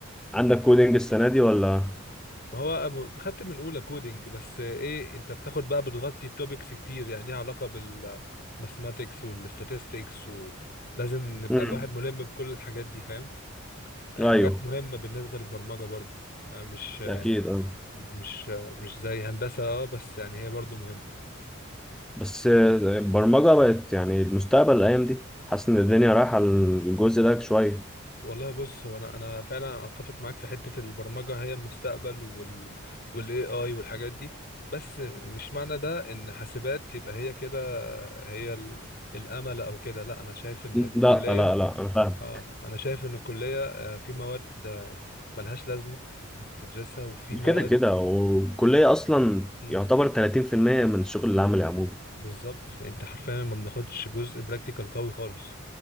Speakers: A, in the centre; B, on the left.
A: عندك كودينج السنة دي ولا؟
B: ما هو أب- خدت من اولى كودينج بس ايه انت بتاخد بقى بتغطي توبكس كتير يعني ليها علاقه بالماثماتكس والستاتستكس ولازم نبقى
A: امم
B: الواحد ملم بكل الحاجات دي فاهم حاجات
A: ايوه
B: مهمه بالنسبه للبرمجه برضه مش يعني
A: أكيد اه
B: مش مش زي هندسه اه بس يعني هي برضه مهمه
A: بس آه، البرمجة بقت يعني المستقبل الأيام دي حاسس إن الدنيا رايحة الجزء ده شوية
B: والله بص هو انا انا فعلا اتفق معاك في حته البرمجه هي المستقبل وال والاي اي والحاجات دي بس مش معنى ده ان حاسبات يبقى هي كده هي ال- الامل او كده لا انا شايف ان
A: لا
B: الكليه
A: لا لا أنا فاهم
B: اه انا شايف ان الكليه آه، في مواد آه، ملهاش لازمه بتدرسها وفي مواد
A: كده كده والكلية أصلا
B: مم،
A: يعتبر 30% من الشغل العملي عموما
B: بالظبط انت حرفيا ما بناخدش جزء براكتيكال قوي خالص